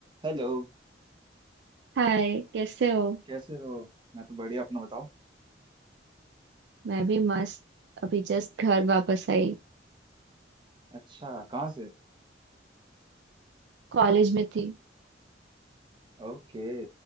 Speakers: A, on the right; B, on the right.
A: Hello
B: हाय कैसे हो
A: कैसे हो मैं तो बढ़िया अपना बताओ
B: मैं भी मस्त अभी जस्ट घर वापस आई
A: अच्छा कहाँ से
B: कॉलेज में थी
A: ओके